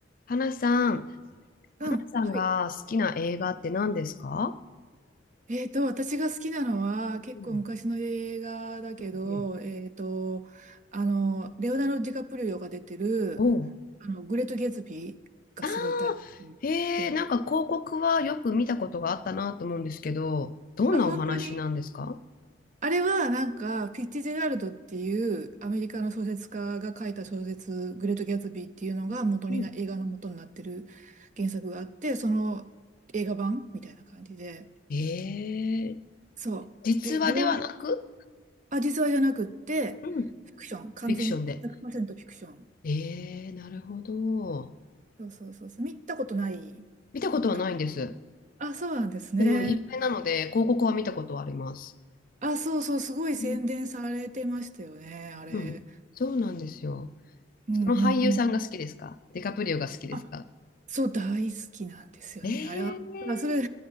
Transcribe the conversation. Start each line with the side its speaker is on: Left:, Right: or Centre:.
Left: 花さん、花さんが好きな映画って何ですか
Right: うん。はい。えっと、私が好きなのは、結構昔の映画だけど、
Left: うん、うん、うん。
Right: えっと、あの、レオナルド・ディカプリオが出てる、
Left: おう。
Right: あの、グレート・ゲツビーがすごい大好きで、
Left: ああ、へえ、なんか広告はよく見たことがあったなと思うんですけど、どんなお話なんですか
Right: あ、本当にあれは、なんか、フィッツジェラルドっていうアメリカの小説家が書いた小説、グレート・ギャツビーっていうのが元にな、
Left: うん。
Right: 映画の元になってる原作があって、その映画版みたいな感じで、
Left: ええ、
Right: そう。
Left: 実話ではなく、
Right: え、レオ、あ、実話じゃなくって、
Left: うん、フ
Right: フィクション。完全100%
Left: ィクションで。
Right: フィクション。
Left: ええ、なるほど。
Right: そうそうそうそう。見たことない
Left: 見たことはないんです。
Right: かな。あ、そうなんですね。
Left: でも、有名なので、広告は見たことはあります。
Right: あ、そうそう。すごい宣伝されてましたよね。
Left: うん、
Right: あれ。
Left: うんそうなんですよ。
Right: うんうんうん。
Left: その俳優さんが好きですかディカプリオが好きですか
Right: あ、そう、大好きなんですよね。
Left: ええ
Right: あれは、だからそれ、